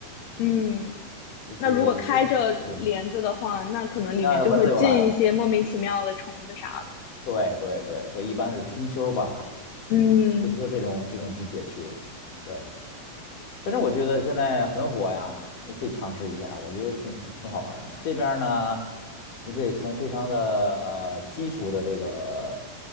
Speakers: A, on the left; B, on the left.
A: 嗯，
B: 就是非特别闷。
A: 那如果开着帘子的话，那可能里面就会进一些莫名其妙的虫子啥的。
B: 那蚊子又来了，对对对，所以一般是春秋吧，
A: 嗯，
B: 春秋这种这种季节去，对。反正我觉得现在很火呀，你可以尝试一下，我觉得挺挺挺好玩儿的。这边儿呢，你可以从非常的呃基础的这个